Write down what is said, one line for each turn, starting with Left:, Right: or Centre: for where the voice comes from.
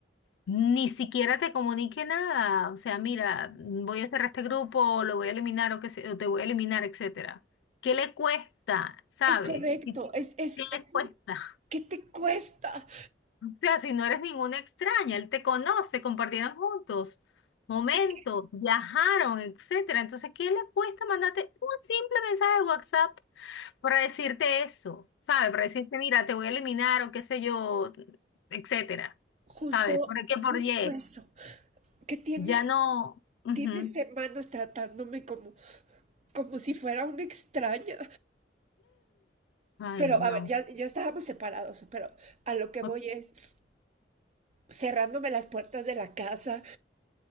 Left: ni siquiera te comunique nada. O sea, mira, voy a cerrar este grupo, lo voy a eliminar o, que se- o te voy a eliminar, etcétera. ¿Qué le cuesta, sabes?
Right: es correcto, es, es,
Left: ¿Qué
Right: es,
Left: le cuesta?
Right: un- ¿qué te cuesta?
Left: sea, si no eres ninguna extraña, él te conoce, compartieron juntos momentos,
Right: Es que
Left: viajaron, etcétera. Entonces, ¿qué le cuesta mandarte un simple mensaje de WhatsApp para decirte eso? ¿Sabes? Para decirte, mira, te voy a eliminar o qué sé yo, etcétera.
Right: justo,
Left: ¿Sabes? ¿Por qué?
Right: justo
Left: Por Y.
Right: eso, que tiene,
Left: Ya no. ujú.
Right: tiene semanas tratándome como, como si fuera una extraña.
Left: Ay,
Right: Pero,
Left: no.
Right: a ver, ya, ya estábamos separados, pero a lo que voy
Left: O-
Right: es cerrándome las puertas de la casa,